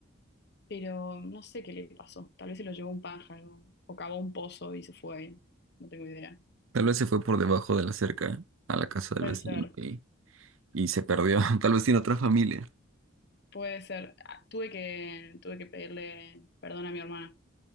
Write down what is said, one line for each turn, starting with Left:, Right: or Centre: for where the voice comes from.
Left: pero no sé qué le pasó. Tal vez se lo llevó un pájaro o cavó un pozo y se fue, no tengo idea.
Right: Tal vez se fue por debajo de la cerca a la casa del
Left: Puede
Right: vecino
Left: ser,
Right: y, y se perdió. <laughs> Tal vez tiene otra familia.
Left: puede ser. Ah, Tuve que, tuve que pedirle perdón a mi hermana.